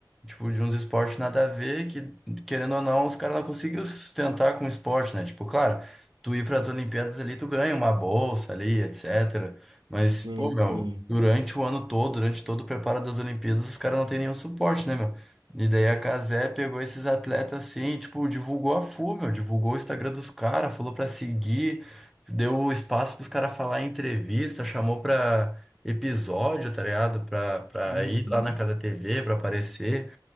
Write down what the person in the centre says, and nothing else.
tipo, de uns esportes nada a ver, que, querendo ou não, os caras não conseguiram se sustentar com o esporte, né? Tipo, claro, tu ir pras Olimpíadas ali, tu ganha uma bolsa ali, etc. Mas,
pô, meu,
durante o ano todo, durante todo o preparo das Olimpíadas, os caras não têm nenhum suporte, né, meu? E daí a Cazé pegou esses atletas assim, e, tipo, divulgou a full, meu, divulgou o Instagram dos caras, falou pra seguir deu espaço pros caras falar em entrevista, chamou pra episódio, tá ligado? Pra, pra
ir lá na Casa TV, pra aparecer.